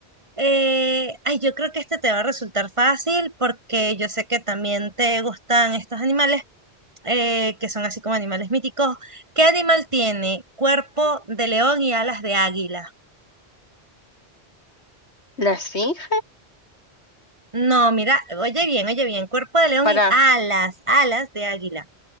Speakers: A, on the right; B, on the left.
A: eh, ay, yo creo que este te va a resultar fácil porque yo sé que también te gustan estos animales, eh, que son así como animales míticos. ¿Qué animal tiene cuerpo de león y alas de águila?
B: ¿La Esfinge?
A: No, mira, oye bien, oye bien, cuerpo de león
B: Para.
A: y alas, alas de águila.